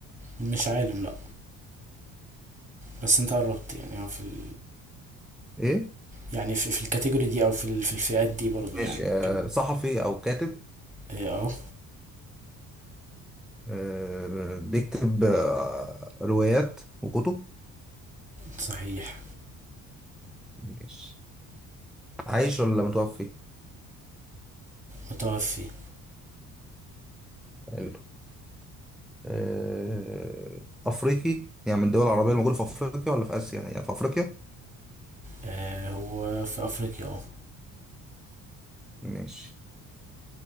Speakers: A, on the right; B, in the centre.
A: مش عالم لا بس انت قربت يعني هو في ال...
B: ايه
A: يعني في, في الكاتيجوري دي او في ال... في الفئات دي برضو يعني
B: ماشي آه،
A: كمل
B: صحفي او كاتب
A: اه آه،
B: آه، بيكتب آه، روايات وكتب
A: صحيح
B: ماشي عايش ولا متوفي
A: متوفي
B: حلو آه، افريقي يعني من الدول العربيه الموجوده في افريقيا ولا في اسيا يعني في افريقيا
A: آه هو في افريقيا اه
B: ماشي